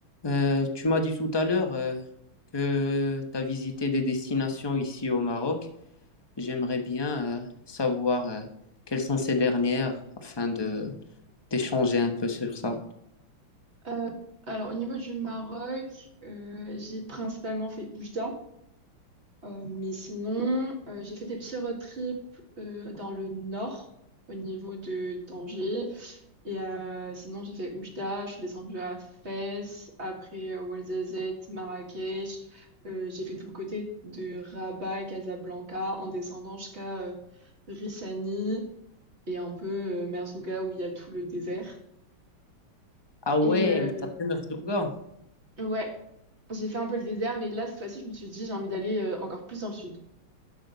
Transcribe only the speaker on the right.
Euh, alors, au niveau du Maroc, euh, j'ai principalement fait Oujda, euh, mais sinon, euh, j'ai fait des petits road trips euh, dans le nord, au niveau de Tanger. Et euh, sinon, j'ai fait Oujda, je suis descendue à Fès, après euh, Ouarzazate, Marrakech. Euh, j'ai fait tout le côté de Rabat, Casablanca, en descendant jusqu'à euh, Rissani et un peu euh, Merzouga où il y a tout le désert.
Et, euh,
Ouais, j'ai fait un peu le désert, mais là, cette fois-ci, je me suis dit, j'ai envie d'aller euh, encore plus dans le sud.